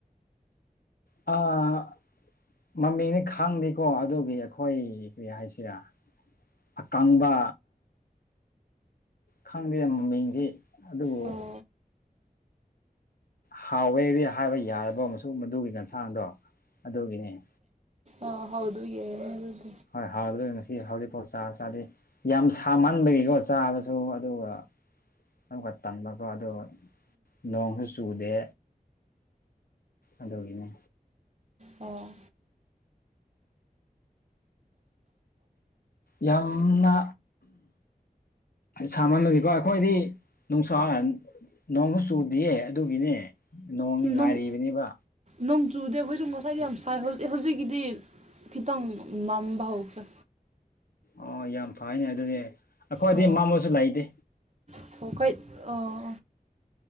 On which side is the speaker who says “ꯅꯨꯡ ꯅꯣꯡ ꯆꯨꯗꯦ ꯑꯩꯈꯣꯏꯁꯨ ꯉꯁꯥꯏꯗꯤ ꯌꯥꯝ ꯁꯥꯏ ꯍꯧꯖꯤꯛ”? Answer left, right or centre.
Right